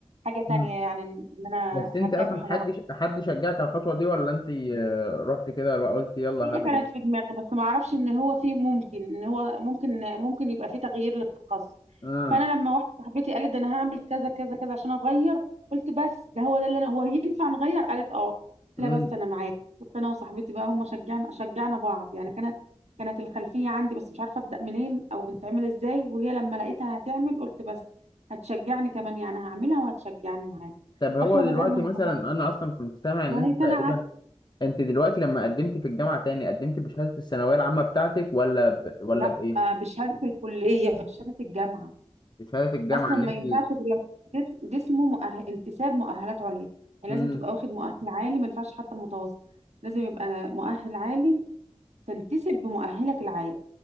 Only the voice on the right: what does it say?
حاجة
تانية يعني ان إن انا
هكافح
هي
كانت في دماغي بس ما اعرفش ان هو في ممكن ان هو ممكن ممكن يبقى في تغيير للتخصص
فانا لما واحده صاحبتي قالت ده انا هعمل كذا كذا كذا عشان اغير قلت بس ده هو ده اللي انا هو ينفع نغير قالت اه قلت
لها بس انا معاك كنت انا وصاحبتي بقى هم شجعنا شجعنا بعض يعني كانت كانت الخلفيه عندي بس مش عارفه ابدا منين او بتتعمل ازاي وهي لما لقيتها هتعمل قلت بس هتشجعني كمان يعني هعملها وهتشجعني معاك
فاحنا
بدانا مع
بعض
وهي
سنه
عدت
لا
آه، بشهاده الكليه بشهاده الجامعه
اصلا
ما
ينفعش غير لما جس- جسمه مؤهل انتساب مؤهلات عليا يعني
لازم تبقى واخد مؤهل عالي ما ينفعش حتى المتوسط لازم يبقى مؤهل عالي تنتسب بمؤهلك العالي